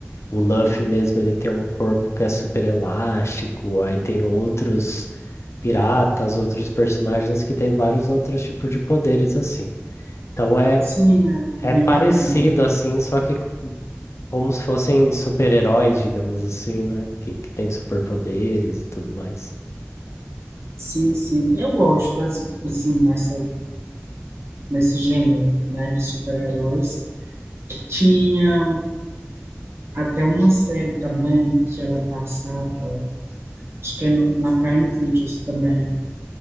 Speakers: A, on the left; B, on the right.
A: O Luffy mesmo, ele tem um corpo que é super elástico, aí tem outros piratas, outros personagens que têm vários outros tipos de poderes assim. Então é
B: Sim, é bem
A: é parecido
B: bacana, né?
A: assim, só que como se fossem super-heróis, digamos assim, né? Que, que tem superpoderes e tudo mais.
B: Sim, sim. Eu gosto, as- assim, nessa, nesse gênero, né, de super-heróis. que tinha até uma série também que ela passava, acho que é no- na Prime Videos também. Não